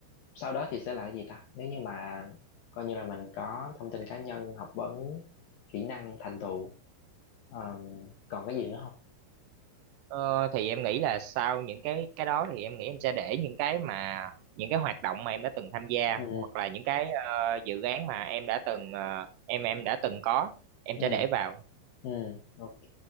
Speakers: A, on the left; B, on the right.
A: sau đó thì sẽ là cái gì ta nếu như mà coi như là mình có thông tin cá nhân học vấn kỹ năng thành tựu ờm, còn cái gì nữa không
B: Ờ, thì em nghĩ là sau những cái cái đó thì em nghĩ em sẽ để những cái mà những cái hoạt động mà em đã từng tham gia
A: ừ
B: hoặc là những cái ờ, dự án mà em đã từng ờ, em em đã từng có em
A: ừ
B: sẽ để vào
A: ừ ok